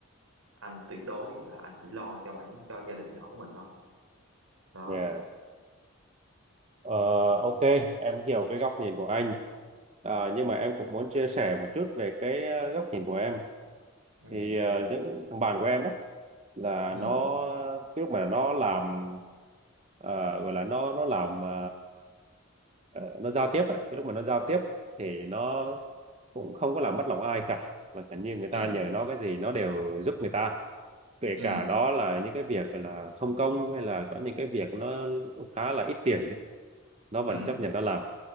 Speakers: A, on the right; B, on the right.
A: anh tuyệt đối là anh chỉ lo cho bản cho gia đình nhỏ của mình thôi đó
B: Dạ. Ờ, ok em hiểu cái góc nhìn của anh Ờ, nhưng mà em cũng muốn chia sẻ một chút về cái ờ, góc nhìn của em
A: ừ
B: thì ờ, những thằng bạn của em đó là
A: ừ
B: nó cái lúc mà nó làm ờ, gọi là nó nó làm ờ, ờ, nó giao tiếp ấy. cái lúc mà nó giao tiếp thì nó cũng không có làm mất lòng ai cả và cả như người ta
A: ừ
B: nhờ nó cái gì nó đều giúp người ta kể
A: ừ
B: cả đó là những cái việc là không công hay là có những cái việc nó khá là ít tiền đi nó vẫn
A: ừ
B: chấp nhận nó làm